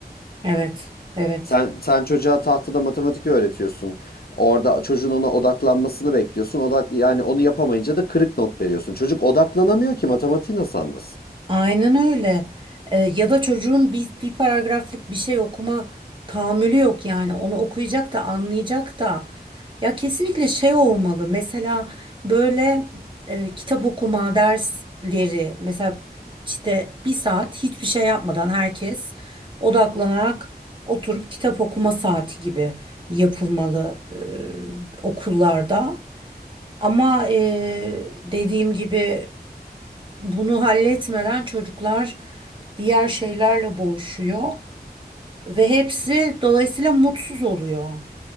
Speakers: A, on the right; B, on the left.
A: Evet, evet.
B: Sen sen çocuğa tahtada matematik öğretiyorsun. Orada çocuğun ona odaklanmasını bekliyorsun. Odak yani onu yapamayınca da kırık not veriyorsun. Çocuk odaklanamıyor ki matematiği nasıl anlasın?
A: Aynen öyle. Ee, ya da çocuğun bir, bir paragraflık bir şey okuma tahammülü yok yani. Onu okuyacak da anlayacak da. Ya kesinlikle şey olmalı. Mesela böyle e, kitap okuma dersleri mesela işte bir saat hiçbir şey yapmadan herkes odaklanarak oturup kitap okuma saati gibi yapılmalı e, okullarda. Ama e, dediğim gibi bunu halletmeden çocuklar diğer şeylerle boğuşuyor ve hepsi dolayısıyla mutsuz oluyor.